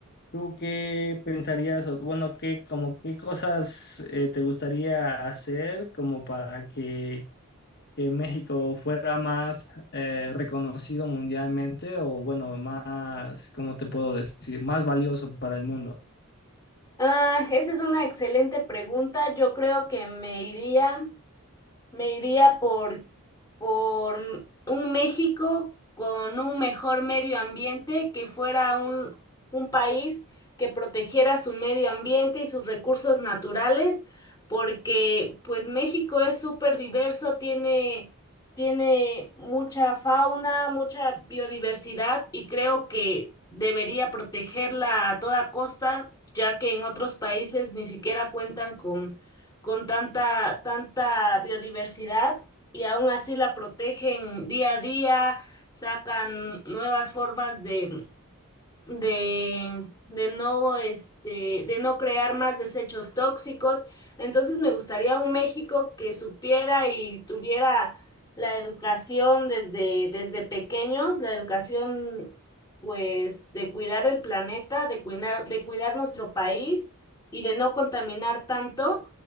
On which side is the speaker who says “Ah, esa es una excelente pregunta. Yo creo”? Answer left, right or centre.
Left